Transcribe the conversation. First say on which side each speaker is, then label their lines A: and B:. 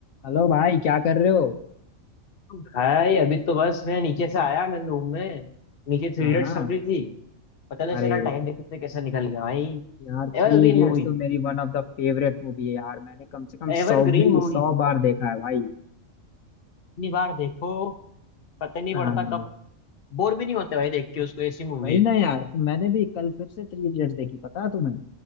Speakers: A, on the left (about 85°); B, on the left (about 45°).
A: Hello भाई क्या कर रहे हो
B: भाई अभी तो बस मैं नीचे से आया मेरे रूम में नीचे थ्री
A: हाँ
B: इडियट्स
A: हाँ
B: चल रही थी पता नहीं
A: अरे
B: चला टाइम देखते देखते कैसा निकल गया भाई
A: यार थ्री
B: Evergreen
A: इडियट्स
B: movie
A: तो मेरी one of the favourite movie है यार मैंने कम से कम
B: evergreen
A: सौ भी
B: movie
A: सौ बार देखा है भाई
B: इतनी बार देखो पता नहीं
A: हाँ
B: पड़ता कब बोर भी नहीं होते भाई देख के उसको ऐसी मूवी
A: वही
B: है
A: ना यार मैंने भी कल फिर से थ्री इडियट्स देखी पता है तुम्हें